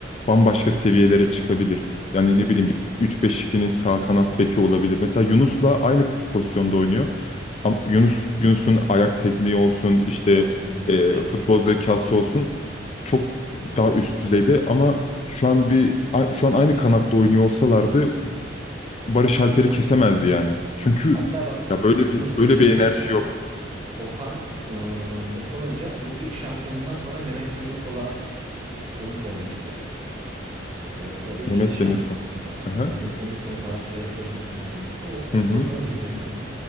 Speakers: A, on the right; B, on the left.
A: Hı
B: bambaşka
A: hı.
B: seviyelere çıkabilir. Yani ne bileyim bir 3-5-2'nin sağ kanat beki olabilir. Mesela Yunus'la
A: evet.
B: aynı pozisyonda oynuyor. Ama
A: Hı hı.
B: Yunus Yunus'un ayak tekniği olsun işte
A: Yok Yunus
B: e,
A: müthiş
B: futbol
A: bir teknik
B: zekası
A: oyuncu.
B: olsun çok daha üst düzeyde
A: Hı hı.
B: ama şu an bir a- şu an aynı kanatta oynuyor olsalardı Barış Alper'i
A: Evet.
B: kesemezdi yani. Çünkü
A: Hatta bak
B: ya böyle
A: bu Yunus'la
B: bir böyle
A: ilgili
B: bir enerji yok.
A: Okan ıı, Okan Hoca bu ilk şampiyonundan sonra Mehmet Demirkol'a konuk olmuştu. Ee, ya da ikinci
B: Mehmet
A: şampiyonundan
B: Demirkol.
A: sonra
B: Aha.
A: Mehmet Demirkol'un Galaksi Rehberi'ne konuk olmuştu. O, o
B: Hı hı.
A: programı izliyorum ben.